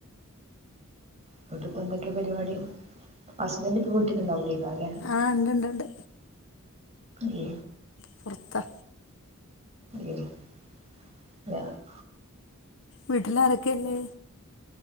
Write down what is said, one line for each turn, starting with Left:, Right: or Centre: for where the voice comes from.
Right: ഇന്ന് ഇട്ട് ഇപ്പ എന്തൊക്കെയെ പരിപാടി ഹസ്ബൻഡ് ഇപ്പ വീട്ടിൽലുണ്ടാവുല്ലയ്കാര്യം ല്ലെ?
Left: ആഹ് ഇണ്ട് ഇണ്ട് ഇണ്ട്
Right: ഉ.
Left: പുറത്താ.
Right: ഇർ അ. <unintelligible>
Left: വീട്ടിൽ ആരൊക്കെഉള്ളെ?